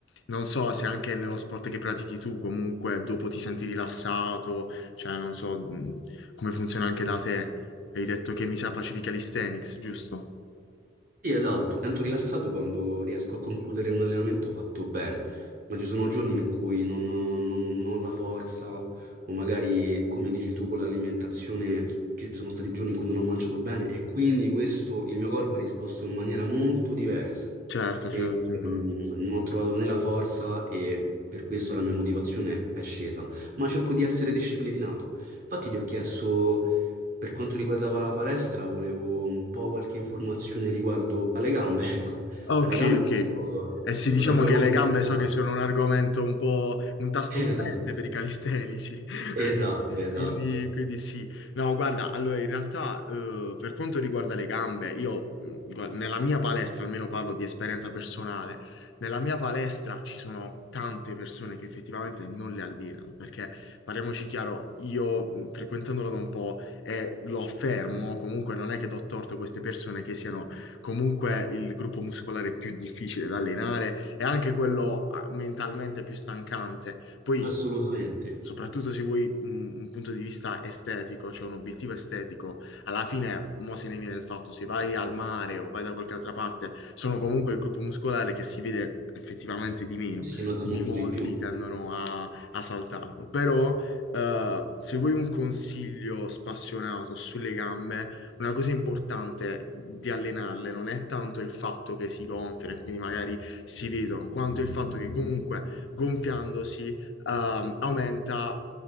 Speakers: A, on the left; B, on the right.
A: non so se anche nello sport che pratichi tu, comunque dopo ti senti rilassato, cioè non so mh, come funziona anche da te, hai detto che mi sa facevi calisthenics, giusto?
B: Sì, esatto, mi sento rilassato quando riesco a concludere un allenamento fatto bene, ma ci sono giorni in cui non, ho non- non ho la forza o magari, come dici tu, con l'alimentazione ci sono stati giorni in cui non ho mangiato bene e quindi questo, il mio corpo ha risposto in maniera molto diversa.
A: Certo, certo,
B: Ehm,
A: immagino.
B: Non ho trovato né la forza e per questo la mia motivazione è scesa, ma cerco di essere disciplinato. Infatti ti ho chiesto, per quanto riguardava la palestra, volevo un po' qualche informazione riguardo alle gambe, <laughs> ecco,
A: Ok,
B: alle gambe
A: ok.
B: io
A: Eh sì,
B: sono
A: diciamo
B: davvero
A: che
B: molto
A: le gambe
B: interessato.
A: so che sono
B: <laughs>
A: un argomento un po' un tasto
B: Esatto,
A: dolente per i calistenici. <laughs>
B: esatto, esatto,
A: Quindi, quindi sì. No, guarda, allora in realtà eh, per quanto riguarda le gambe, io mh, guarda, nella mia palestra, almeno parlo di esperienza personale, nella mia palestra ci sono tante persone che effettivamente non le allenano, perché parliamoci chiaro, io mh, frequentandola da un po' e lo affermo, comunque non è che do torto a queste persone che siano comunque il gruppo muscolare più difficile da allenare e anche quello ah, mentalmente più stancante. Poi
B: assolutamente.
A: Soprattutto se vuoi un, un punto di vista estetico, cioè un obiettivo estetico, alla fine, mo se ne viene il fatto, se vai al mare o vai da qualche altra parte, sono comunque il gruppo muscolare che si vede effettivamente di meno,
B: Si nota
A: quindi
B: molto
A: molti
B: di più,
A: tendono a, a saltarlo. Però, eh, se vuoi un consiglio spassionato sulle gambe, una cosa importante di allenarle non è tanto il fatto che si gonfiano e quindi magari si vedono, quanto il fatto che comunque gonfiandosi ehm, aumenta,